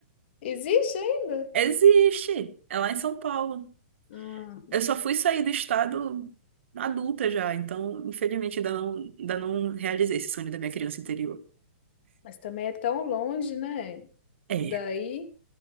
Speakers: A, on the left; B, on the right.
A: Existe ainda?
B: Existe! É lá em São Paulo.
A: Ah,
B: Eu só fui sair do estado adulta já, então, infelizmente, ainda não, ainda não realizei esse sonho da minha criança interior.
A: mas também é tão longe, né?
B: É.
A: Daí